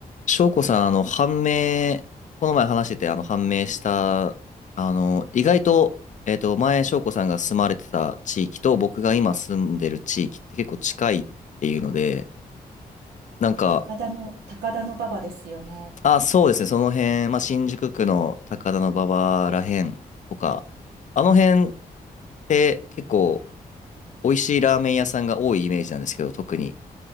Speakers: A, on the left; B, on the right.
A: 翔子さん、あの、判明、この前話してて、あの、判明した、あの、意外と、えっと、前、翔子さんが住まれてた地域と、僕が今住んでる地域って結構近いっていうので、なんか、
B: 高田の、高田の馬場ですよね。
A: あ、そうですね、その辺、まあ、新宿区の高田馬場らへんとか、あの辺って結構、美味しいラーメン屋さんが多いイメージなんですけど、特に